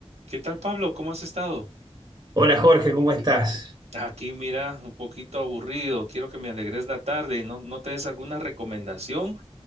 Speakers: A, on the right; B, on the right.
A: ¿Qué tal, Pablo? ¿Cómo has estado?
B: Hola Jorge, ¿cómo estás?
A: Aquí, mira, un poquito aburrido. Quiero que me alegres la tarde. ¿No, no tenés alguna recomendación?